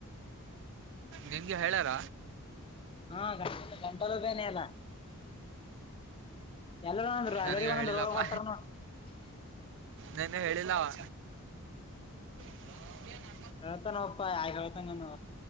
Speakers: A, on the right (about 55°); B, on the left (about 25°).
A: ನಿನ್ಗೆ ಹೇಳ್ಯಾರ
B: ಹಾ ಗಂಟಲ ಗಂಟಲ ಬ್ಯಾನಿ ಅದ <unintelligible>
A: ನನಗೆ ಹೇಳಿಲ್ಲಪ್ಪ ನೆನ್ನೆ ಹೇಳಿಲ್ಲವಾ
B: <inaudible>
A: <unintelligible>
B: ಹೇಳ್ತಾನೊಪ್ಪ ಯಾರ್ಗ ಹೇಳ್ತಾನವ